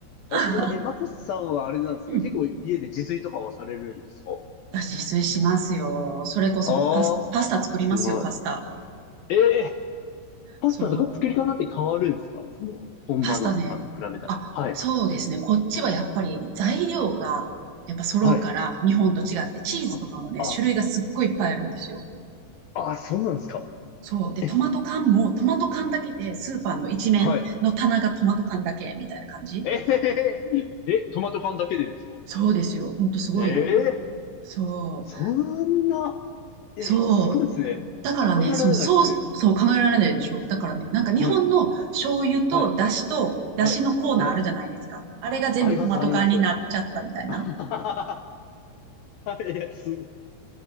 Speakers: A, on the right; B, on the left.
A: <laughs>
B: えー、え、マコスさんはあれなんですか結構家で自炊とかはされるんですか
A: うん。私、自炊しますよ。それこそもうパス、
B: ああー、
A: パスタ作りますよ、
B: すごい。
A: パスタ。
B: ええー、パスタとか作り方って変わるんですかその、
A: そう。
B: 本場のとかと比べたら。
A: パスタね。あ、
B: はい。
A: そうですね。こっちはやっぱり材料がやっぱ揃うから、
B: はい。
A: 日本と違って、チーズとかもね、
B: あ、あ、
A: 種類がすっごいいっぱいあるんですよ。
B: あ、そうなんですか。
A: そう。で、
B: え、
A: トマト缶も、トマト缶だけで、スーパーの一面の棚がトマト缶だけ、
B: はい。
A: みたいな感じ。
B: えへへへえ、トマト缶だけでですか
A: そうですよ。ほんとすごいの。
B: ええ
A: そ
B: そんな、え、
A: う。そう。
B: すごいですね。
A: だからね、
B: 考えられないですね。
A: その、そう、そう考えられないでしょ。だからね、なんか日本の醤油と出汁と、
B: はい、はい、
A: 出汁のコーナーあるじゃないですか。
B: はい、はい。
A: あれが全部トマト缶になっちゃったみたいな。
B: あります、あります。<laughs> はい、いやす